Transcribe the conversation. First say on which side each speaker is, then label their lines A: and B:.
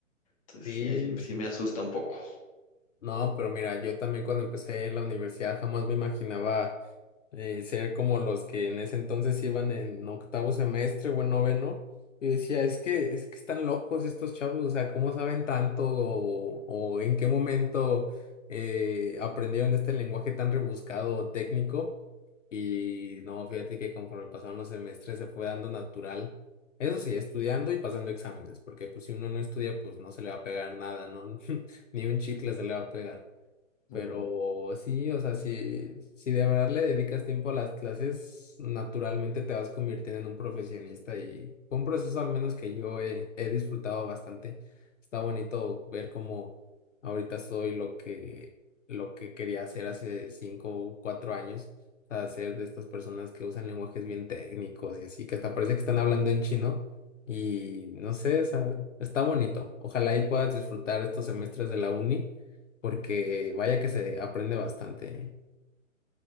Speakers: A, on the left (about 25°); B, on the left (about 65°).
A: Entonces,
B: Sí,
A: sí, ahí sí me
B: sí,
A: sí me
B: sí.
A: asusta un poco.
B: No, pero mira, yo también cuando empecé en la universidad jamás me imaginaba eh, ser como los que en ese entonces iban en octavo semestre o en noveno, y decía, es que, es que están locos estos chavos, o sea, ¿cómo saben tanto o, o en qué momento eh, aprendieron este lenguaje tan rebuscado o técnico? Y no, fíjate que conforme pasaron los semestres se fue dando natural. Eso sí, estudiando y pasando exámenes, porque pues si uno no estudia, pues no se le va a pegar nada, ¿no? <laughs> Ni un chicle se le va a pegar.
A: Ujú.
B: Pero sí, o sea, si, si de verdad le dedicas tiempo a las clases, naturalmente te vas convirtiendo en un profesionista y fue un proceso al menos que yo he, he disfrutado bastante. Está bonito ver cómo ahorita soy lo que, lo que quería hacer hace cinco o cuatro años, o sea, ser de estas personas que usan lenguajes bien técnicos y así, que hasta parece que están hablando en chino y no sé, o sea, está bonito. Ojalá y puedas disfrutar estos semestres de la uni porque vaya que se aprende bastante.